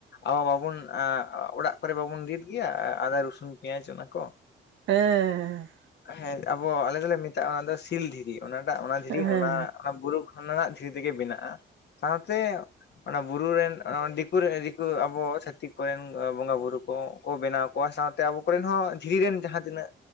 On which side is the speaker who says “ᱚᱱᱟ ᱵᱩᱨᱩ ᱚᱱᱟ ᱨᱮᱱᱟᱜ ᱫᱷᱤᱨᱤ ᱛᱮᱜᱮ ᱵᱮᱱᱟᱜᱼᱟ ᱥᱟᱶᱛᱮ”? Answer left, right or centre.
Left